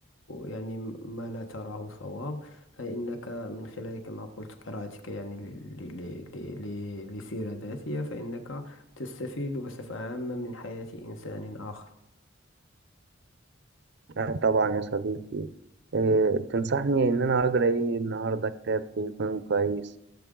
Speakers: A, on the left (about 70°); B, on the right (about 55°).
A: يعني ما لا تراه صواب فإنك من خلال كما قلت قراءتك يعني ل... ل... ل... ل... لسيرة ذاتية فإنك تستفيد بصفة عامة من حياة إنسان آخر
B: آه طبعا يا صديقي إيه تنصحني ان انا اقرا ايه النهارده كتاب يكون كويس